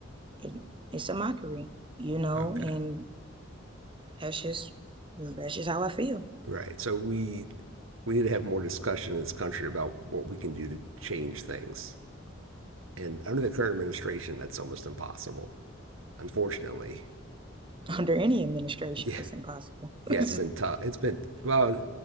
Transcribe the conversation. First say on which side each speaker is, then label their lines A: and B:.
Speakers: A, on the right; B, on the right.
A: it, it's a mockery, you know.
B: Okay,
A: And that's just that's just how I feel.
B: right. So we we need to have more discussion in this country about what we can do to change things. And under the current administration, that's almost impossible. Unfortunately,
A: <laughs> Under any administration,
B: <laughs> yeah,
A: it's impossible.
B: yeah,
A: <laughs>
B: it's been tough. It's been well.